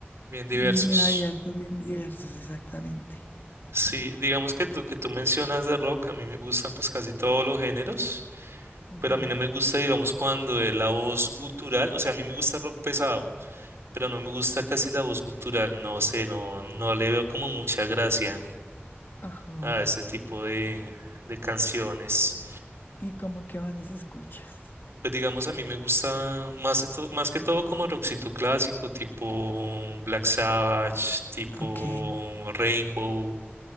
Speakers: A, on the right; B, on the left.
A: bien diversos.
B: bien abiertos, bien diversos, exactamente.
A: Sí, digamos que lo que tú mencionas de rock, a mí me gustan pues casi todos los géneros,
B: Ujú.
A: pero a mí no me gusta, digamos, cuando es la voz gutural, o sea, a mí me gusta rock pesado. pero no me gusta casi la voz gutural, no sé, no, no le veo como mucha gracia
B: Ajá.
A: a ese tipo de, de canciones.
B: ¿Y como qué bandas escuchas?
A: Pues digamos, a mí me gusta más, de to- más que todo como rockcito clásico, tipo Black Sabbath, tipo
B: Ok,
A: Rainbow,